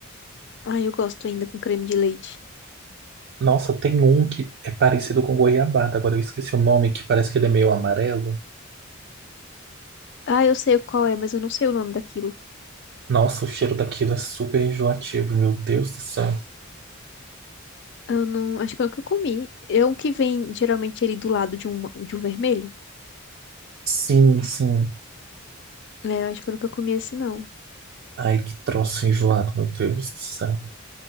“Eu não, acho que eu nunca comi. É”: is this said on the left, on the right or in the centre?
Left